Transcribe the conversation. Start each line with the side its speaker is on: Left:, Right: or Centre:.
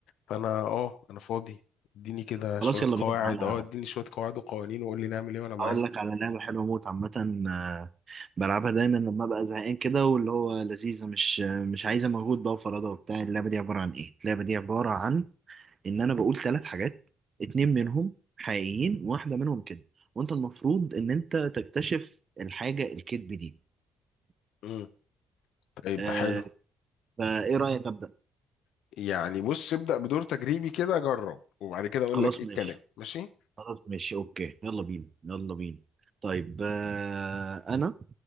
Left: فأنا اه أنا فاضي اديني كده شوية
Right: خلاص يلا
Left: قواعد
Right: بينا على
Left: اه اديني شوية قواعد وقوانين وقول لي نعمل ايه وأنا معاك
Right: هقول لك على لعبة حلوة موت عامة آه، بلعبها دايما لما أبقى زهقان كده واللي هو لذيذة مش آه، مش عايزة مجهود بقى وفرادة وبتاع اللعبة دي عبارة عن إيه؟ اللعبة دي عبارة عن إن أنا بقول ثلاث حاجات اتنين منهم حقيقيين وواحدة منهم كده وأنت المفروض إن أنت تكتشف الحاجة الكذب دي
Left: مم. طيب
Right: آه،
Left: ده حلو
Right: فإيه رأيك أبدأ؟
Left: يعني بص ابدأ بدور تجريبي كده أجرب وبعد كده أقول
Right: خلاص
Left: لك ايه الكلام
Right: ماشي
Left: ماشي
Right: خلاص ماشي اوكي يلا بينا يلا بينا طيب آه انا